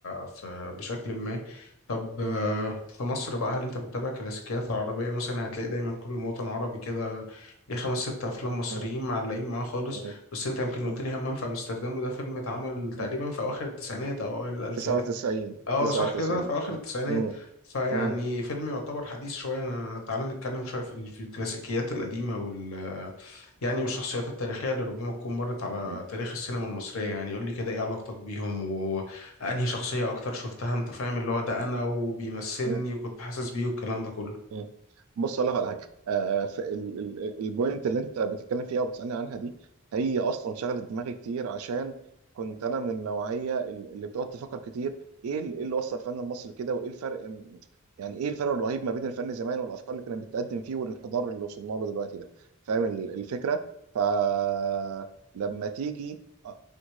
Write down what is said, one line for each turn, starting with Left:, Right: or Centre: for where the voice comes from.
Left: في... بشكل ما طب آه،
Right: م-
Left: في مصر بقى هل انت بتتابع كلاسيكيات العربية مثلا هتلاقي دايما كل مواطن عربي كده ليه خمس ست أفلام مصريين
Right: م-
Left: معلقين معاه خالص
Right: م-
Left: بس انت يمكن
Right: م-
Left: قلت لي همام في أمستردام وده فيلم اتعمل
Right: م.
Left: تقريبا في أواخر التسعينات أو أوائل الألفينات
Right: 99
Left: اه
Right: 99
Left: صح كده في اخر
Right: م-
Left: التسعينات
Right: م-
Left: فيعني
Right: م-
Left: فيلم يعتبر حديث شويه انا تعالى نتكلم شويه في ال- في الكلاسيكيات القديمه وال يعني والشخصيات التاريخيه اللي ربما تكون مرت على
Right: م-
Left: تاريخ السينما المصريه يعني قول لي كده ايه علاقتك بيهم وانهي شخصيه اكتر شفتها انت فاهم اللي هو ده انا وبيمثلني
Right: م-
Left: وكنت حاسس بيه والكلام ده كله
Right: مم. بص اقول لك على حاجه آه في ال- ال- البوينت اللي انت بتتكلم فيها وبتسالني عنها دي هي اصلا شغلت دماغي كتير عشان كنت انا من النوعيه اللي بتقعد تفكر كتير ايه ال- إيه اللي وصل الفن المصري كده وايه الفرق م- يعني ايه الفرق الرهيب ما بين الفن زمان والافكار اللي كانت بتقدم فيه والانحدار اللي وصلنا له دلوقتي ده فاهم ال- الفكره فلما تيجي أ- أ-